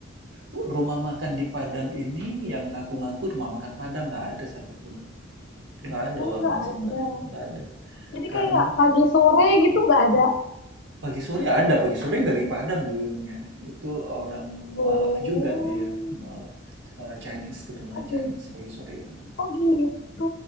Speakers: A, on the right; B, on the left.
A: rumah makan di Padang ini yang ngaku-ngaku rumah makan Padang nggak ada satupun. Nggak ada
B: Oh,
A: warung
B: nggak
A: nasi
B: ada.
A: Padang, nggak ada.
B: Jadi
A: Karena
B: kayak pagi sore gitu nggak ada.
A: pagi sore ada, pagi sore dari Padang dulunya. Itu orang
B: Oh,
A: mualaf juga dia, mualaf. Eh, Chinese, keturunan
B: oh
A: Chinese
B: gitu.
A: pagi sore itu.
B: Oh gitu.